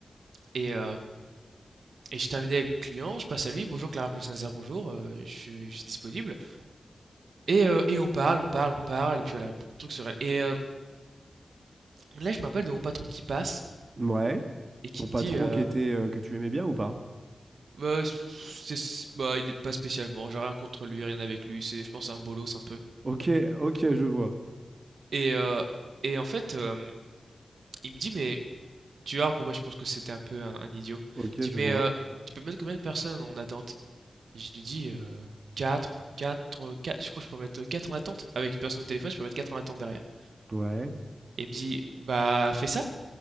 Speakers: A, on the right; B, on the right.
A: Et, euh, Et je terminé avec mon client, je passe à lui, bonjour Clara Paul-Saint-Nazaire, bonjour, heu, je suis je suis disponible. Et heu et on parle, on parle, on parle et puis voilà, pour truc se et heu, là, je me rappelle de mon patron qui passe
B: Ouais.
A: et qui
B: Ton
A: me
B: patron
A: dit, heu:
B: qui était euh, que tu aimais bien ou pas?
A: «Bah, c'est s bah, il est pas spécialement, j'ai rien contre lui, rien avec lui, c'est je pense c'est un bolos un peu»
B: Ok, ok, je vois.
A: et heu et en fait, hem, il me dit: «Mais» tu vois pourquoi je pense que c'était un peu un un idiot.
B: Ok,
A: Il
B: je
A: me dit:
B: vois.
A: «Mais, heu, tu peux mettre combien de personnes en attente?» et je lui dis: euh, quatre, quatre, euh, quatre. je crois que je peux mettre, 4 en attente. Avec une personne au téléphone, je peux mettre 4 en attente derrière.
B: Ouais.
A: Il me dit: «Bah, fais ça,